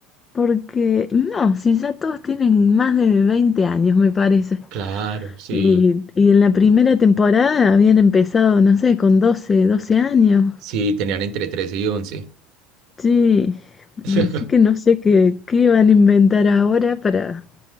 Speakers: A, on the left; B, on the right.
A: porque no, si ya todos tienen más de 20 años, me parece.
B: Claro, sí,
A: Y, y en la primera temporada habían empezado, no sé, con doce doce años.
B: sí, tenían entre 13 y 11.
A: Sí,
B: <laughs>
A: así que no sé qué, qué van a inventar ahora para,